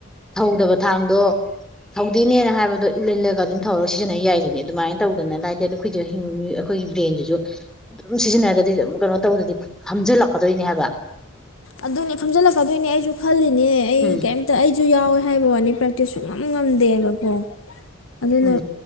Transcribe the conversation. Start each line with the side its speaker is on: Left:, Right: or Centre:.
Centre: ꯊꯧꯗꯕ ꯊꯥꯡꯗꯣ ꯊꯧꯗꯦꯅꯦꯅ ꯍꯥꯏꯕꯗꯣ ꯏꯜ ꯏꯜꯂꯒ ꯑꯗꯨꯝ ꯊꯧꯔꯒ ꯁꯤꯖꯤꯟꯅ ꯌꯥꯏꯗꯣꯏꯅꯤ ꯑꯗꯨꯃꯥꯏꯅ ꯇꯧꯗꯅ ꯂꯩꯏꯗꯤ ꯑꯗꯨꯗ ꯑꯩꯈꯣꯏꯁꯨ ꯍꯤꯡ ꯑꯩꯈꯣꯏꯒꯤ ꯕ꯭ꯔꯦꯟꯗꯨꯁꯨ ꯑꯗꯨꯝ ꯁꯤꯖꯤꯟꯅꯗꯗꯤ ꯑꯗꯨꯝ ꯀꯩꯅꯣ ꯇꯧꯗꯗꯤ ꯍꯥꯝꯖꯤꯜꯂꯛꯀꯗꯣꯏꯅꯦ ꯍꯥꯏꯕ
Left: ꯑꯗꯨꯅꯦ ꯐꯝꯖꯤꯜꯂꯛꯀꯗꯣꯏꯅꯦ ꯑꯩꯁꯨ ꯈꯜꯂꯤ ꯅꯦ ꯑꯩ
Centre: ꯎꯝ
Left: ꯀꯩꯝꯇ ꯑꯩꯁꯨ ꯌꯥꯎꯋꯦ ꯍꯥꯏꯕ ꯋꯥꯅꯤ ꯄ꯭ꯔꯦꯛꯇꯤꯁꯁꯨ ꯉꯝ ꯉꯝꯗꯦꯕꯀꯣ ꯑꯗꯨꯅ
Centre: ꯎꯝ